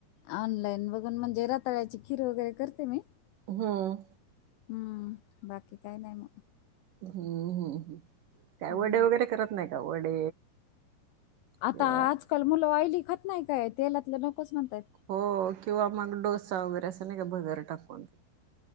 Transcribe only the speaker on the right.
हम्म!
हम्म हम्म हम्, काय
वडे वगैरे करत नाही का? वडे. किंवा
हो किंवा मग डोसा वगैरे असं नाही का भगर टाकून.